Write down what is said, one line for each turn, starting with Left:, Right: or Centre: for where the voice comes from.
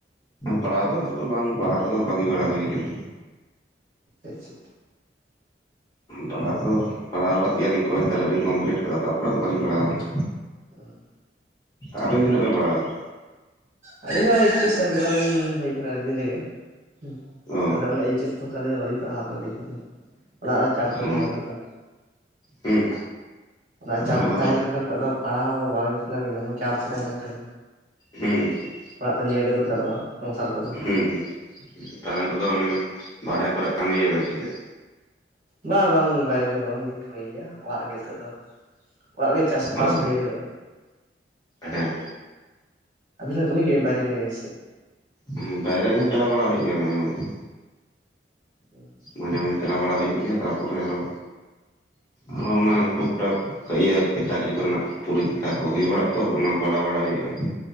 Left: ᱯᱟᱲᱦᱟᱣ ᱫᱚ ᱱᱤᱛᱚᱜ ᱫᱚ ᱵᱟᱝ ᱯᱟᱲᱦᱟᱣ ᱠᱚᱫᱚ ᱵᱟᱜᱤ ᱵᱟᱲᱟ ᱦᱩᱭ ᱟᱠᱟᱱᱟ
Right: ᱟᱪᱷᱟ -ᱟᱪᱷᱟ
Left: ᱯᱟᱲᱦᱟᱜ ᱠᱚᱸᱫᱚ ᱯᱟᱲᱦᱟᱣ ᱠᱟᱜ ᱜᱮᱭᱟᱞᱤᱧ ᱠᱚᱞᱮᱡᱽ ᱛᱟᱞᱟ ᱦᱟᱹᱵᱤᱧ ᱠᱚᱢᱯᱤᱞᱤᱴ ᱟᱠᱟᱫᱟ ᱛᱟᱨᱯᱚᱨᱮ ᱟᱫᱚ ᱵᱟᱞᱤᱧ ᱯᱟᱲᱦᱟᱣ ᱠᱟᱫᱟ
Right: ᱦᱩᱸ
Left: ᱟᱵᱮᱱ ᱛᱤᱱᱟᱹᱜ ᱵᱮᱱ ᱯᱟᱲᱦᱟᱣ ᱟᱠᱟᱫᱟ?
Right: ᱟᱹᱞᱤᱧ ᱢᱟ ᱮᱭᱤᱪᱮᱥ ᱮᱢ ᱠᱟᱫᱟ ᱵᱟ. ᱞᱤᱧ ᱦᱩᱭ ᱟᱠᱟᱱᱟ ᱟᱹᱰᱤ ᱫᱤᱱ ᱨᱮᱜᱮ ᱦᱩᱸ
Left: ᱚ
Right: ᱟᱫᱚ ᱚᱱᱟ ᱮᱭᱤᱪᱮᱥ ᱵᱟᱹᱞᱤᱧ ᱯᱟᱲᱦᱟᱣ ᱠᱟᱫᱟ ᱟᱞᱤᱧ ᱫᱚ ᱚᱲᱟᱜ ᱨᱮ ᱪᱟᱯ ᱠᱚ
Left: ᱚ
Right: ᱛᱟᱦᱮᱸ ᱞᱮᱱᱟ ᱛᱚ
Left: ᱦᱩᱸ
Right: ᱚᱱᱟ
Left: ᱛᱟᱦᱚᱞᱮ
Right: ᱪᱟᱯ
Left: ᱟᱫᱚ
Right: ᱛᱟᱦᱮᱸᱞᱮᱱᱠᱷᱟᱱ ᱟᱫᱚ ᱯᱟᱲᱦᱟᱣ ᱵᱟᱝ ᱥᱟᱱᱟ ᱦᱩᱭᱱᱟ ᱚᱱᱟ ᱪᱟᱯ ᱠᱚ ᱛᱟᱦᱮᱸᱞᱮᱱᱠᱷᱟᱱ
Left: ᱦᱮᱸᱻᱦᱮᱸ
Right: ᱚᱲᱟᱜ ᱛᱚ ᱧᱮᱞ ᱜᱮ ᱫᱚᱨᱠᱟᱨᱚᱜᱼᱟ ᱥᱚᱝᱥᱟᱨ ᱠᱚᱫᱚ
Left: ᱦᱩᱸ ᱦᱩᱸ ᱛᱟᱦᱚᱞᱮ ᱱᱤᱛᱚᱜ ᱫᱚ ᱵᱟᱨᱦᱮ ᱠᱚᱨᱮ ᱠᱟᱹᱢᱤᱭᱟ ᱵᱱ ᱥᱮ ᱪᱮᱫ?
Right: ᱵᱟᱝ-ᱵᱟᱝ ᱵᱟᱭᱨᱮ ᱨᱮ ᱵᱟᱝᱞᱤᱧ ᱠᱟᱹᱢᱤ ᱜᱮᱭᱟ ᱚᱲᱟᱜ ᱨᱮᱜᱤ ᱱᱤᱛᱚᱜ ᱫᱚ ᱚᱲᱟᱜ ᱨᱮᱜᱮ ᱪᱟᱥ-ᱵᱟᱥ
Left: ᱚ
Right: ᱜᱮ ᱦᱩᱭᱩᱜᱼᱟ᱾
Left: ᱦᱮᱸ
Right: ᱟᱵᱤᱱᱦᱚᱵᱤᱱ ᱠᱟᱹᱢᱤ ᱜᱮᱭᱟ ᱵᱟᱭᱨᱮ ᱢᱟᱭᱨᱮ ᱥᱮᱫ
Left: ᱦᱩᱸ ᱵᱟᱭᱨᱮ ᱦᱚᱸ ᱪᱟᱞᱟᱣ ᱵᱟᱲᱟ ᱦᱩᱭᱩᱜ ᱜᱮᱭᱟ ᱢᱟᱡᱷᱮ-ᱢᱟᱡᱷᱮ
Right: ᱦᱩᱸ
Left: ᱢᱟᱡᱷᱮ-ᱢᱟᱡᱷᱮ ᱪᱟᱞᱟᱣ ᱵᱟᱲᱟ ᱦᱩᱭᱩᱜ ᱜᱮᱭᱟ ᱛᱟᱨᱯᱚᱨᱮ ᱟᱨᱚ, ᱟᱨᱚ ᱚᱱᱟ ᱴᱩᱠ-ᱴᱟᱠ ᱠᱟᱹᱡ ᱤᱭᱟᱹ ᱪᱟᱹᱠᱨᱤ ᱠᱚᱨᱮᱱᱟᱜ ᱯᱚᱨᱤᱠᱷᱟ ᱠᱚ ᱦᱩᱭ ᱵᱟᱲᱟᱜᱼᱟ ᱛᱚ ᱚᱱᱟ ᱠᱚ ᱵᱟᱲᱟ ᱦᱩᱭᱩᱜᱼᱟ᱾